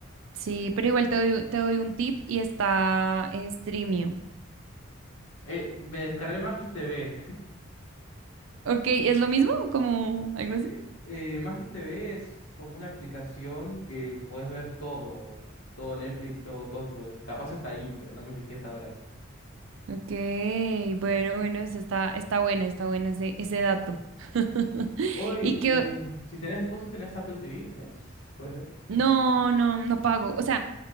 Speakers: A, on the right; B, on the left.
A: Sí, pero igual te doy, te doy un tip y está eh, Streamio.
B: Eh, me descargué Magis TV.
A: Ok, ¿es lo mismo? ¿Como algo
B: Eh,
A: así?
B: eh, Magis TV es como una aplicación que puedes ver todo, todo Netflix, todo cosas, todo- capaz está ahí, pero no me fijé hasta ahora.
A: Ok, bueno, bueno, eso está, está buena, está buena ese, ese dato. <laughs>
B: Hoy,
A: Y que
B: eh, si tenés, vos si tenés Apple TV, ¿tenés? ¿Puede ser?
A: no, no, no pago. O sea,